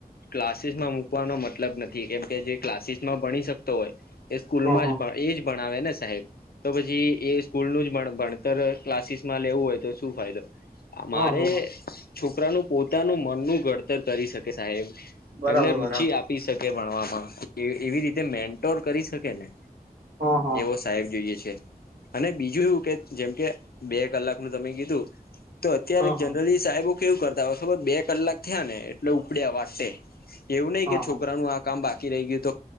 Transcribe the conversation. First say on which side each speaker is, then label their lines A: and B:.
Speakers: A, on the left; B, on the right.
A: ક્લાસીસ માં મૂકવાનો મતલબ નથી, કેમ કે જે ક્લાસીસ માં ભણી શકતો હોય. એ સ્કૂલમાં
B: હ હ
A: જ એ જ ભણાવે ને સાહેબ, તો પછી એ સ્કૂલનું જ ભણતર ક્લાસીસ માં લેવું, હોય તો શું ફાયદો
B: હ
A: મારે
B: હ હ
A: છોકરાનું પોતાનું મનનું ઘડતર કરી શકે સાહેબ
B: બરાબર
A: એમને રુચિ
B: બરાબર
A: આપી શકે ભણવામાં એવી રીતે મેન્ટોર કરી શકે ને
B: હા હા
A: એવો સાહેબ જોઈએ છે. અને બીજું એવું કે જેમ કે બે કલાક નું તમે કીધું. તો અત્યારે
B: હા હા
A: જનરલી સાહેબો કેવું કરતા હોય, ખબર બે કલાક થયા ને એટલે ઉપડ્યા વાસે એવું નહીં
B: હા
A: કે છોકરાનું
B: હા
A: આ કામ બાકી રહી ગયું તો